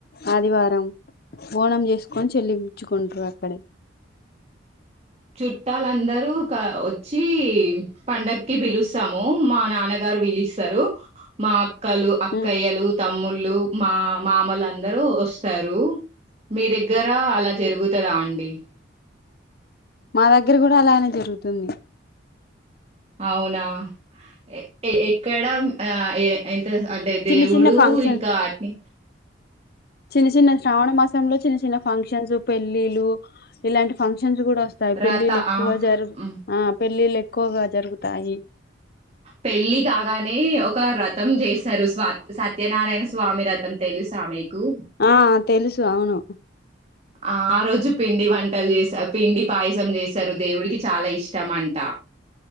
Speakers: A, on the left (about 50°); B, on the right (about 30°).
A: ఆదివారం బోనం చేసుకొని చెల్లి ఉచ్చుకుంటారు అక్కడే
B: చుట్టాలందరూ క వ చ్చి పండగకి పిలుస్తాము మా నాన్నగారు పిలుస్తారు మా అక్కలు అక్కయ్యలు
A: ఉమ్
B: తమ్ముళ్ళు మా మామలు అందరూ వస్తారు మీ దగ్గర అలా జరుగుతదా అండి
A: మా దగ్గర కూడా అలానే జరుగుతుంది
B: అవునా ఎ ఏ ఎక్కడ ఆ ఏ ఎంత అంటే
A: చిన్న
B: దేవుడు
A: చిన్న ఫంక్షన్
B: ఇంకా ఆటిని
A: చిన్న చిన్న శ్రావణ మాసంలో, చిన్న చిన్న ఫంక్షన్స్, పెళ్ళిలు, ఇలాంటి ఫంక్ష న్స్ కూడా వస్తాయి.
B: రథ
A: పెళ్ళిల్ ఎక్కువ
B: ఆ
A: జరుగు,
B: ఉమ్,
A: ఆ. పెళ్ళిళ్ ఎక్కువగా జరుగుతాయి.
B: పెళ్ళి కాగానే ఒక రథం చేస్తారు. స్వా సత్యనారాయణ స్వామి రథం. తెలుసా మీ కు.
A: ఆ తెలుసు అవును
B: ఆ రోజు పిండి వంటలు చేస, పిండి పాయసం చేస్తారు. దేవుడికి చాలా ఇష్టం అంట.